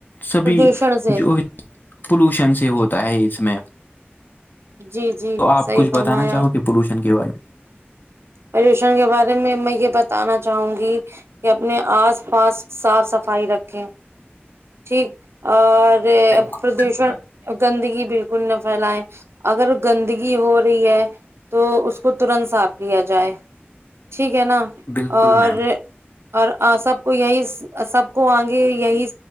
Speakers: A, on the left; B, on the right.
A: سبھی
B: پردوشن سے
A: جو- پولیوشن سے ہوتا ہے اس میں-
B: جی جی
A: تو آپ
B: صحیح
A: کچھ
B: فرمایا
A: بتانا چاہو گ پولوشن کے بارے میں?
B: پدوشن کے بارے میں میں یہ بتانا چاہوں گی کہ اپنے آس پاس صاف- صفائی رکھے ٹھیک- اور
A: بالکل
B: پردوشن
A: صحیح بات
B: گندگی بالکل نہ پھیلائے, اگر گندگی ہو رہی ہے تو اس کو ترنت صاف کیا جائے ٹھیک ہے نا
A: بالکل
B: اور
A: میم
B: اور سب کو یہی سب کو آگے یہی